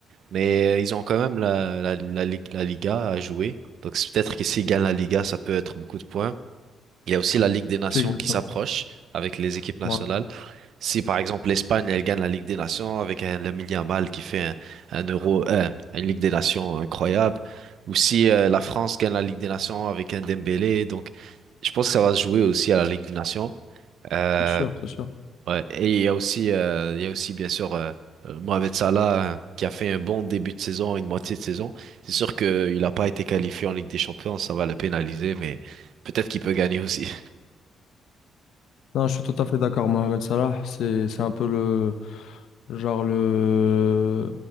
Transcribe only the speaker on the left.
C'est exactement
ça.
Ouais,
c'est sûr, c'est sûr.
Non, je suis tout à fait d'accord, Mohamed Salah, c'est c'est un peu le genre le